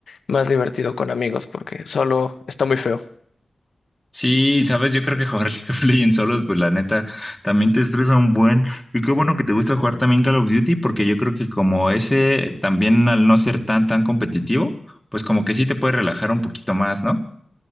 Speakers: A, on the left (about 75°); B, in the centre.
A: más divertido con amigos porque solo está muy feo.
B: Sí, sabes, yo creo que jugar <laughs> League of Legends solos, pues la neta, también te estresa un buen. Y qué bueno que te gusta jugar también Call of Duty, porque yo creo que como ese también al no ser tan, tan competitivo, pues como que sí te puede relajar un poquito más, ¿no?